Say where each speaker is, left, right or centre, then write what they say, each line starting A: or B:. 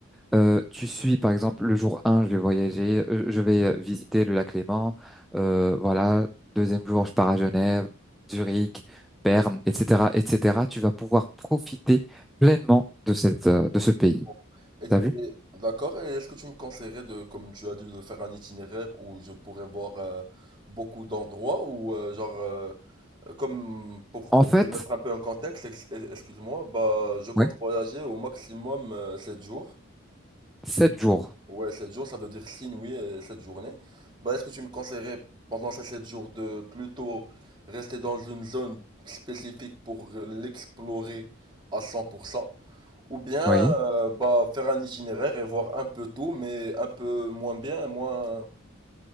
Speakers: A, in the centre; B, on the right.
A: Euh, tu suis, par exemple, le jour un, je vais voyager, euh, je vais euh, visiter le lac Léman. Euh, voilà. Deuxième jour, je pars à Genève, Zurich, Berne, etc., etc. Tu vas pouvoir profiter pleinement de cette, euh, de ce pays.
B: c'est pour- Et,
A: T'as vu?
B: et- d'accord, et est-ce que tu me conseillerais de, comme tu as dit, de faire un itinéraire où je pourrais voir euh, beaucoup d'endroits ou euh, genre, euh, comme pour,
A: En
B: pour
A: fait,
B: te mettre un peu en contexte, ex- excuse-moi, bah je compte
A: Oui.
B: voyager au maximum euh, 7 jours.
A: sept jours.
B: Ouais, 7 jours, ça veut dire signe, oui, et 7 journées. Bah, est-ce que tu me conseillerais pendant ces 7 jours de plutôt rester dans une zone spécifique pour euh, l'explorer à 100%, ou bien
A: Oui.
B: euh, bah, faire un itinéraire et voir un peu tout, mais un peu moins bien et moins...